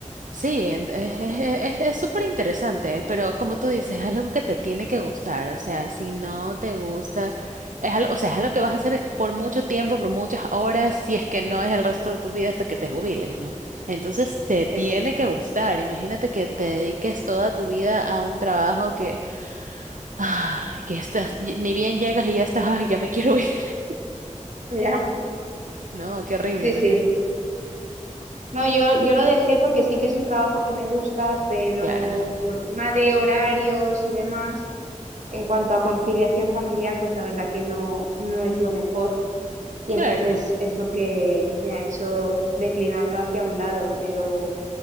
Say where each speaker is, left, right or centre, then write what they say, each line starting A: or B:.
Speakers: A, on the right; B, on the right.
A: Sí, en- es, es, es- es súper interesante, pero como tú dices, es algo que te tiene que gustar, o sea, si no te gusta, es algo, o sea, es algo que vas a hacer por mucho tiempo, por muchas horas, si es que no es el resto de tu vida hasta que te jubiles, ¿no? Entonces te tiene
B: sí,
A: que gustar, imagínate que te dediques toda tu vida a un trabajo que, ay, que estás, ni bien llegas y ya estás, ay, ya me quiero ir, <laughs>
B: Ya.
A: no, qué horrible,
B: sí,
A: imagínate.
B: sí. No, yo, yo lo dejé porque sí que es un trabajo que me gusta, pero
A: Claro,
B: por tema de horarios y demás, en cuanto a conciliación familiar, pues la verdad que no, no es lo mejor. Y
A: claro.
B: entonces es lo que me ha hecho declinarlo hacia un lado, pero...